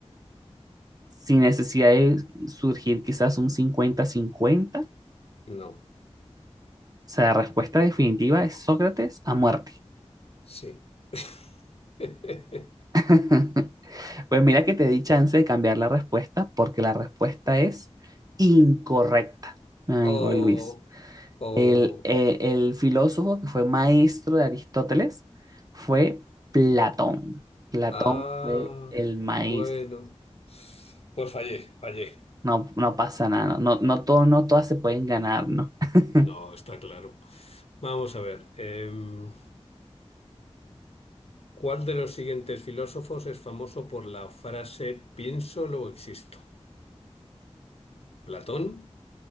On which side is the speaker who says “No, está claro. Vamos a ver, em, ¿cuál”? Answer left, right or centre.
Left